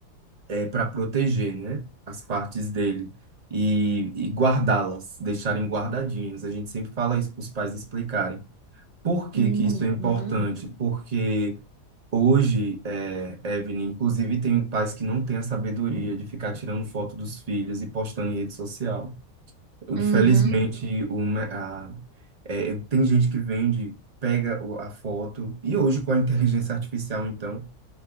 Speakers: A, on the right (about 40°); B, on the right (about 80°).
A: é para proteger, né, as partes dele e, e guardá-las, deixarem guardadinhas. A gente sempre fala isso para os pais explicarem. Por que
B: Hum,
A: que isso é importante?
B: uhum,
A: Porque hoje, é, Evelyn, inclusive tem pais que não têm a sabedoria de ficar tirando foto dos filhos e postando em rede social. Infelizmente,
B: uhum,
A: uma, a, é, eu- tem gente que vende, pega o- a foto, e hoje com a inteligência artificial, então,